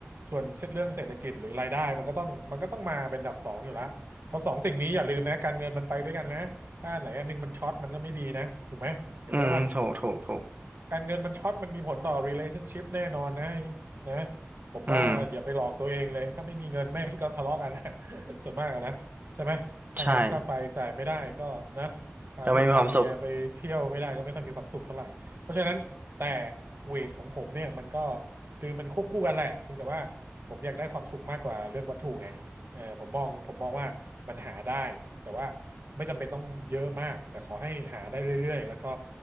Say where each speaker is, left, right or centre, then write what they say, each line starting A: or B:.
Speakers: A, on the right (about 65°); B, on the right (about 45°).
A: ส่วนเรื่องเศรษฐกิจหรือรายได้มันก็ต้องมันก็ต้องมาเป็นอันดับสองอยู่แล้วเพราะสองสิ่งนี้อย่าลืมนะการเงินมันไปด้วยกันนะ ถ้าอันไหนอันหนึงมันช็อตมันก็ไม่ดีนะถูกไหมเห็นด้วยป่ะ
B: อืมถูกถูกถูก
A: การเงินมันช็อตมันมีผลต่อ relationship แน่นอนนะนะผมว่าอย่าไปหลอกตัวเองเลยถ้าไม่มีเงินแม่งก็ทะเลาะกันนะ
B: อืม
A: <laughs> ส่วนมากอะนะใช่ไหมค่าน้ำค่าไฟจ่ายไม่ได้ก็นะ
B: ใช่
A: พาลูกพาเมียไปเที่ยวไม่ได้ก็ไม่ค่อยมีความสุขเท่าไหร่เพราะฉะนั้นแต่
B: ก็ไม่มีความสุข
A: เวทของผมเนี่ยมันก็คือมันควบคู่กันแหละเพียงแต่ว่าผมอยากได้ความสุขมากกว่าเรื่องวัตถุไง เออผมมองผมมองว่ามันหาได้แต่ว่าไม่จำเป็นต้องเยอะมากแต่ขอให้หาได้เรื่อยๆแล้วก็